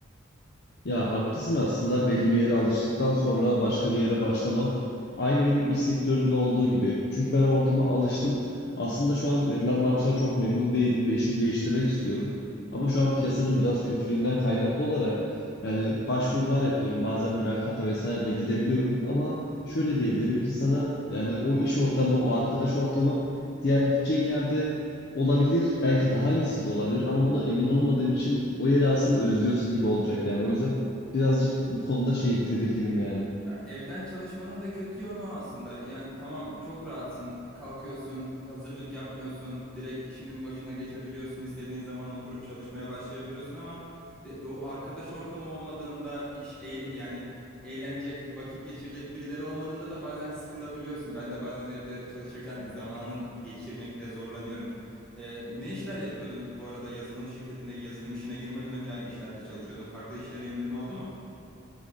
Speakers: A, on the left; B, in the centre.
A: Ya haklısın aslında belli bir yere alıştıktan sonra başka bir yere başlamak aynı benim iş sektöründe olduğu gibi. Çünkü ben o ortama alıştım. Aslında şu an verilen maaştan çok memnun değilim ve işimi değiştirmek istiyorum. Ama
B: Hı?
A: şu
B: <laughs>
A: an piyasanın biraz kötülüğünden kaynaklı olarak yani başvurular yapıyorum. Bazen mülakata vesaire de gidebiliyorum ama şöyle diyebilirim ki sana yani o iş ortamı, o arkadaş ortamı diğer gideceğin yerde olabilir. Belki daha iyisi de olabilir ama buna emin olmadığın için o yeri aslında özlüyorsun gibi olacak yani. O yüzden birazcık bu konuda şeyim, tedirginim yani.
B: Ya evden çalışmanın da kötü yönü o aslında. Yani tamam çok rahatsın. Kalkıyorsun, hazırlık yapmıyorsun. Direkt işinin başına geçebiliyorsun. İstediğin zaman oturup çalışmaya başlayabiliyorsun ama de- bu arkadaş ortamı olmadığında iş eğle- yani eğlenecek, vakit geçirecek birileri olmadığında da bazen sıkılabiliyorsun. Ben de bazen evde çalışırken zamanın geçirmekte zorlanıyorum. Ee, ne işler yapıyordun bu arada yazılım şirketine, yazılım işine girmeden önce hangi işlerde çalışıyordun? Farklı iş deneyimlerin oldu mu?